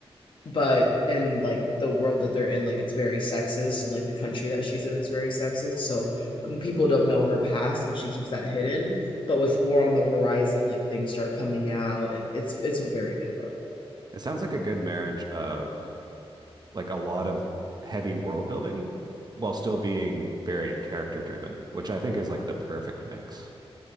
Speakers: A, on the left; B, on the right.
A: but in like the world that they're in like it's very sexist and like the country that she's in is very sexist so um, people don't know her past and she keeps that hidden but with War on the Horizon like things start coming out and it's it's a very good book
B: It sounds like a good marriage of like a lot of heavy world building while still being very character driven, which I think is like the perfect mix.